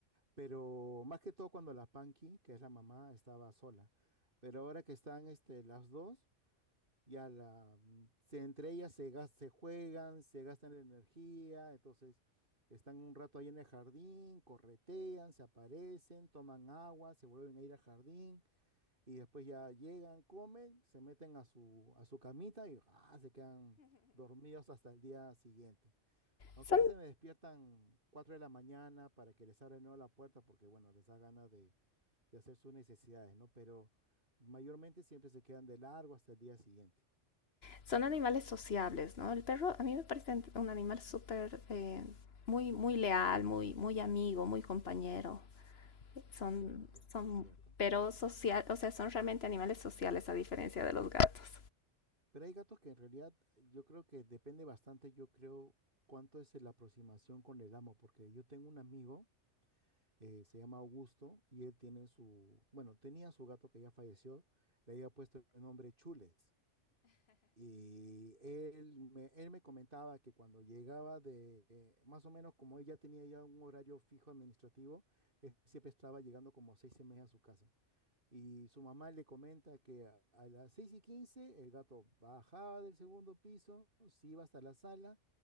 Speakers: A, on the right (about 45°); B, on the left (about 55°).
A: Pero más que todo cuando la Panky, que es la mamá, estaba sola. Pero ahora que están este, las dos, ya la, se, entre ellas se, gas- se juegan, se gastan la energía, entonces están un rato ahí en el jardín, corretean, se aparecen, toman agua, se vuelven a ir al jardín y después ya llegan, comen, se meten a su, a su camita y ah, se quedan dormidos hasta el día siguiente. Aunque
B: Son,
A: a veces me despiertan 4 de la mañana para que les abra de nuevo la puerta porque, bueno, les da ganas de, de hacer sus necesidades, ¿no? Pero mayormente siempre se quedan de largo hasta el día siguiente.
B: son animales sociables, ¿no? El perro a mí me parece un animal súper, eh, muy, muy leal, muy, muy amigo, muy compañero. Son,
A: Eh, Sí,
B: son,
A: eso es cierto.
B: pero social, o sea, son realmente animales sociales a diferencia de los gatos.
A: Pero hay gatos que en realidad eh, yo creo que depende bastante, yo creo, cuánto es la aproximación con el amo, porque yo tengo un amigo, eh, se llama Augusto, y él tiene su, bueno, tenía su gato que ya falleció, le había puesto el nombre Chules. Y él me, él me comentaba que cuando llegaba de, eh, más o menos como ella tenía ya un horario fijo administrativo, él siempre estaba llegando como a seis y media a su casa. Y su mamá le comenta que a, a las seis y quince el gato bajaba del segundo piso, se iba hasta la sala